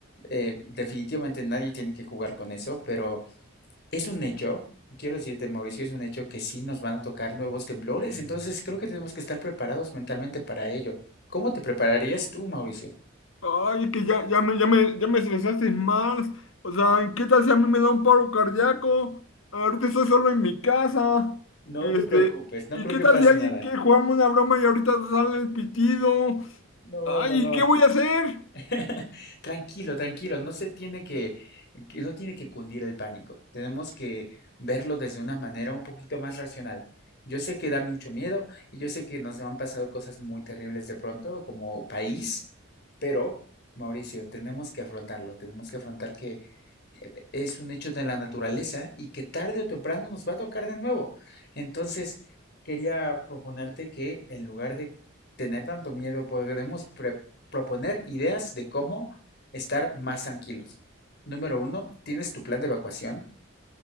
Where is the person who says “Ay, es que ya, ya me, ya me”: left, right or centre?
Left